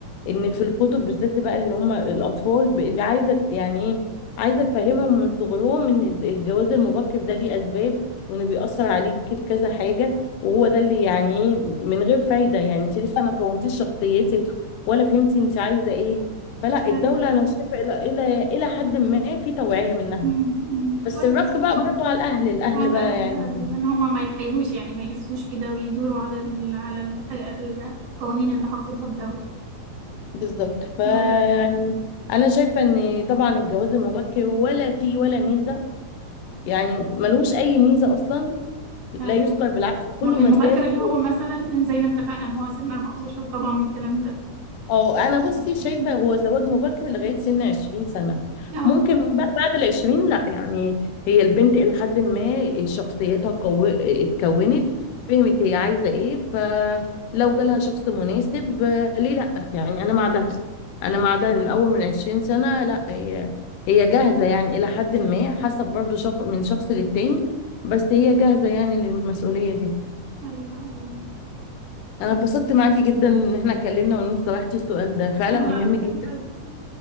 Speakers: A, on the left (about 85°); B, on the right (about 70°).
A: ان في الكتب بالذات بقى اللي هم الاطفال ب- عايزه يعني ايه عايزه تفهمهم من صغرهم ان الز- الجواز المبكر ده ليه اسباب وان بيأثر عليك في كذا حاجه وهو ده اللي يعني ايه من غير فايده يعني انت لسه ما كونتيش شخصيتك ولا فهمتي انت عايزه ايه فلا الدوله
B: أيوه
A: انا شايفه الى الى الى حد ما في توعيه منها
B: مم. مم.
A: بس
B: كويس
A: الرق
B: والله
A: بقى برضو على الاهل الاهل
B: على
A: بقى
B: الأهل
A: يعني
B: أيوة إن هما ما يتحايلوش يعني ما يلفوش كده ويدوروا على ال... على الح- القوانين اللي حطتها الدولة
A: بالظبط فيعني
B: أيوة
A: انا شايفه ان طبعا الجواز المبكر ولا فيه ولا ميزه يعني ملوش اي ميزه اصلا
B: أيوة
A: لا يذكر بالعكس كله
B: الم- المبكر
A: مساوي
B: اللي هو مثلا زي ما اتفقنا إن هو سن 14 طبعا الكلام ده
A: اه انا بصي
B: <clears throat>
A: شايفه هو زواج مبكر لغايه سن 20 سنه
B: اه
A: ممكن بقى بعد ال 20 لا يعني هي البنت الى حد ما شخصيتها قو... اتكونت فهمت هي عايزه ايه فلو جالها شخص مناسب آه، ليه لا يعني انا مع ده انا مع ده من اول من 20 سنه لا هي هي جاهزه يعني الى حد ما حسب برضو شخص من شخص للتاني بس هي جاهزه يعني للمسؤوليه دي
B: أيوة أيوة
A: انا
B: مظبوط
A: اتبسطت معاكي جدا ان احنا اتكلمنا وان انت طرحتي السؤال ده فعلا
B: أنا
A: مهم
B: أكتر
A: جدا
B: يا حبيبتي <clears throat>